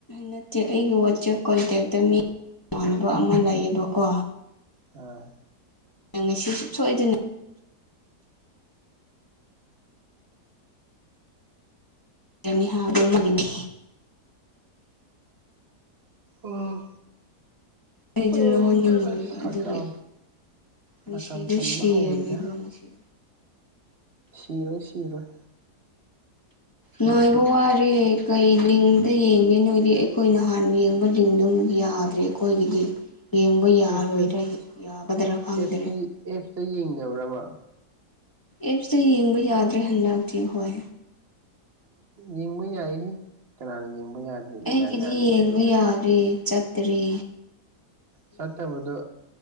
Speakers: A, on the left (about 30°); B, on the right (about 40°).
A: ꯅꯠꯇꯦ ꯑꯩꯒꯤ ꯋꯥꯆꯦꯞ ꯀꯣꯟꯇꯦꯛꯇ ꯃꯤꯃꯥꯟꯅꯕ ꯑꯃ ꯂꯩꯌꯦꯕꯀꯣ
B: ꯎꯝ
A: ꯉꯁꯤ ꯁꯨꯞꯁ ꯁꯣꯏꯏꯗꯅ ꯅꯤꯍꯥꯒꯨꯝꯃꯅꯤ
B: ꯑꯣ
A: ꯑꯩꯗꯨ
B: ꯑꯣ
A: ꯂꯧꯍꯟꯅꯤꯡꯉꯣꯏꯕ
B: ꯑ ꯁꯀꯝ
A: ꯑꯗꯨꯒꯤ ꯃꯤꯁꯤꯗꯨ
B: ꯑꯀꯝ ꯆꯟꯕ
A: ꯁꯤꯔꯅꯦꯕ
B: ꯍꯧꯣꯏꯗ
A: ꯉꯁꯤ
B: ꯁꯤꯔꯣꯏ ꯁꯤꯔꯣꯏ
A: ꯅꯨꯡꯉꯥꯏꯕ ꯋꯥꯔꯦ ꯀꯩ ꯂꯤꯡꯗ ꯌꯦꯡꯒꯦ ꯅꯣꯏꯗꯤ ꯑꯩꯈꯣꯏꯅꯍꯥꯟꯅ ꯌꯦꯡꯕ ꯂꯤꯡꯗꯣꯨꯛ ꯌꯥꯗ꯭ꯔꯦ ꯑꯩꯈꯣꯏꯒꯤꯗꯤ ꯌꯦꯡꯕ ꯌꯥꯔꯣꯏꯗ꯭ꯔꯥ
B: ꯑꯦꯞꯁꯇ
A: ꯌꯥꯒꯗꯔꯥ ꯐꯪꯗ꯭ꯔꯦ
B: ꯑꯦꯞꯁꯇ ꯑꯦꯞꯁꯇ ꯌꯦꯡꯗꯕ꯭ꯔꯕ
A: ꯑꯦꯞꯁꯇ ꯌꯦꯡꯕ ꯌꯥꯗ꯭ꯔꯦ ꯍꯟꯗꯛꯇꯤ ꯍꯣꯏ
B: ꯌꯦꯡꯕ ꯌꯥꯏꯍ ꯀꯅꯥꯅ ꯌꯦꯡꯕ ꯌꯥꯗ꯭ꯔꯤꯕ
A: ꯑꯩꯒꯤꯗꯤ
B: ꯌꯥꯗꯦ
A: ꯌꯦꯡꯕ
B: ꯍꯥꯏꯔꯤꯕ
A: ꯌꯥꯔꯦ ꯆꯠꯇ꯭ꯔꯔꯤ
B: ꯆꯠꯇꯕꯗꯣ